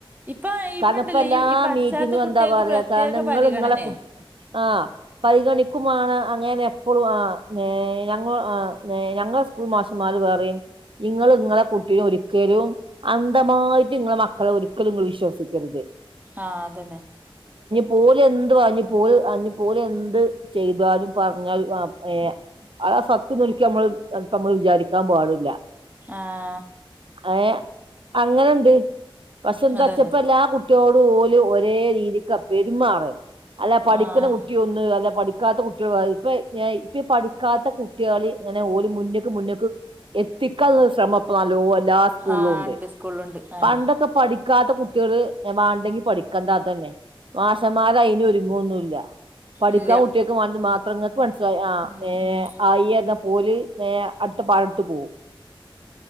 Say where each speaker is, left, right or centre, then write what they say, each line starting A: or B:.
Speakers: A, on the right; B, on the right.
A: ഇപ്പൊ
B: കാരണം
A: ഇണ്ടല്ലേ
B: ഇപ്പ എല്ലാ
A: ഈ ഈ പഠിച്ചാത്ത
B: മീറ്റിങ്ങും
A: കുട്ടികൾക്ക്
B: എന്താ പറയാ
A: പ്രത്യേക
B: കാരണം നിങ്ങള്
A: പരിഗണനേ
B: ഇങ്ങളെ കുട് ആ പരിഗണിക്കുമാണ് അങ്ങനെ <unintelligible> ഏ ഞങ്ങൾ ആ ന്നേ ഞങ്ങള് സ്കൂൾ മാഷ് ഉമ്മാര് പറയും ഇങ്ങൾ നിങ്ങളെ കുട്ടികളെ ഒരിക്കലും അന്ധമായിട്ട് നിങ്ങളെ മക്കളെ ഒരിക്കലും നിങ്ങൾ വിശ്വസിക്കരുത്
A: ആഹ് അതെന്നെ
B: പോലെന്ത് വാഞ് പോല് അ ഞ് പോലെന്ത് ചെയ്താലും പറഞ്ഞാലു അ ഏയ ആ സത്ത്ന്ന്ൾക്കി മ്മൾ എത്ത മ്മൾ വിചാരിക്കാൻ പാടില്ല
A: ആഹ്
B: ഏ അങ്ങനുണ്ട് പക്ഷെന്തച്ചപ്പല്ലാ
A: അതന്നെ
B: കുട്ടിയോ പൊ ഓലും ഒരേ രീതിക്കാ പെരുമാറല് അല്ലാ പഠിക്കുന്ന
A: ആഹ്
B: കുട്ടിയുണ്ട് അല്ല പഠി കാത്ത കുട്ട്യള് അഹ് പ്പെ ഞയിപ്പി പഠി കാത്ത കുട്ടികളിങ്ങനെ ഓല് മുന്ന്ക്ക് മുന്ന്ക്ക് എത്തിക്കാൻള്ള ഒരുശ്രമം പ്പം നല്ലോ അ ലാ സ്കൂളുണ്ട്
A: ആഹ് ഉണ്ട് സ്കൂളിലുണ്ട് അതന്നെ
B: പണ്ടൊക്കെ പഠിക്കാത്ത കുട് ട്ട്യള് എ വാണ്ടെങ്കി പഠിക്കണ്ട അതന്നെ വാശന്മാര് അയിന് ഒരുങ്ങൊന്നുല്ല പഠിക്കാൻ
A: ഇല്ല
B: കുട്ടേക് മാണ്ട് മാ <unintelligible> പ ൻസിലായി ആ
A: ഉം
B: ഏ
A: ഉം
B: ആയെദം പോല് നേഹ അടുത്ത പാഴത്ത് പോവും